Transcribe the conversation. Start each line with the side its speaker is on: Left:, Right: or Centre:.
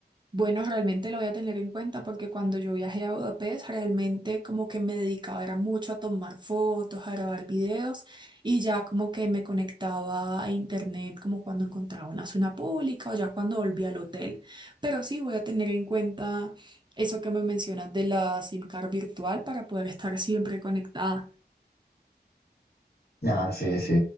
Right: Bueno, realmente lo voy a tener en cuenta porque cuando yo viajé a Budapest, realmente como que me dedicaba era mucho a tomar fotos, a grabar videos y ya como que me conectaba a internet como cuando encontraba una zona pública o ya cuando volví al hotel. Pero sí voy a tener en cuenta eso que me mencionas de la SIM card virtual para poder estar siempre conectada.
Left: Ah, sí, sí,